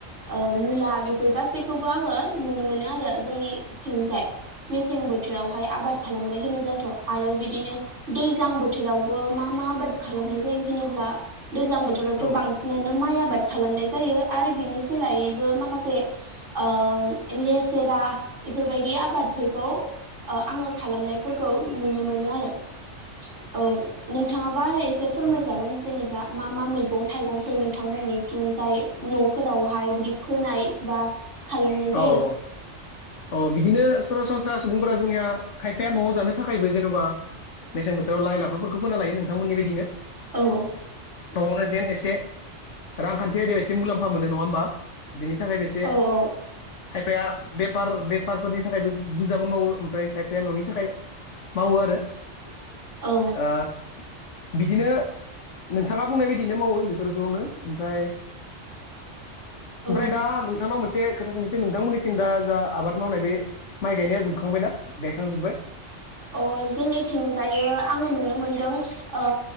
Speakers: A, on the right (about 85°); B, on the left (about 80°).
A: ओ मुला बेफोर गासैखौबो आङो नुनो मोनो आरो जोंनि थिंजाय मेसें बोथोरावहाय आबाद खालामनाय होनोब्लाथ' आरो बिदिनो दैज्लां बोथोरावबो मा मा आबाद खालामनाय जायो होनोल्बा दैज्लां बोथोरावथ'
B: औ
A: बांसिननानो माइ आबाद आबाद खालामनाय जायो आरो बिनि सोलायैबो माखासे ओ लेसेरा बेफोरबायदि आबादफोरखौ ओ आङो खालामनायफोरखौ नुनो मोनो आरो औ नोंथाङाबो आरो एसे फोरमायजागोन
B: उम
A: जेनेबा मा मा मैगं थाइगंफोर नोंथांमोननि बिथिंजाय न'फोरावहाय बिदि फोनाय बा खालामनाय जायो
B: औ औ अ बिदिनो सरासनस्रा सुबुंफोरा जोंनिया खायफाया न'आव जानो थाखायबो जेन'बा मेसें बोथोराव लाइ लाफाफोरखौ फोना लायो नोंथांमोननि बायदिनो
A: औ
B: न'आवनो जेन एसे रांखान्थिआयदायाव एसे मुलाम्फा मोनो नङा होमबा बिनि थाखाय बेसे
A: औ औ
B: खायफाया बेफार बेफारफोरनि थाखायबो बुरजाबो मावो ओमफ्राय खायफाया न'नि थाखाय मावो आरो
A: औ
B: ओ बिदिनो नोंथाङा बुंनाय बायदिनो मावो बेफोरखौनो ओमफ्राय ओमफ्राय
A: औ
B: दा नोंथांनाव मोनसे मोनसे खोथा थांनोसै नोंथांमोननिसिम दा जा आबाद मावनाय बे माइ गायनाया जोबखांबायना गायखांजोबाय
A: औ जोंनिथिंजाय आङो नुनो मोनदों ओ